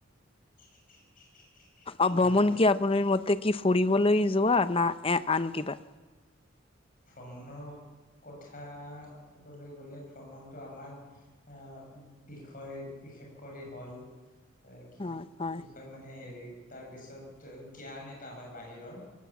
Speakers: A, on the left; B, on the left.
A: <inaudible>
B: অ' ভ্ৰমণ
A: হা
B: কি আপোনাৰ মতে কি ফুৰিবলৈ যোৱা না এ-আন কিবা?
A: ভ্ৰমণৰ কথা ক'বলৈ গ'লে ভ্ৰমণটো আমাৰ আ, বিষয় বিশেষ কৰি হ'ল‍‌‌ এ কি,
B: হয়, হয়,
A: বিষয় মানে হেৰি, তাৰপিছত জ্ঞান এটা হয় বাহিৰৰ।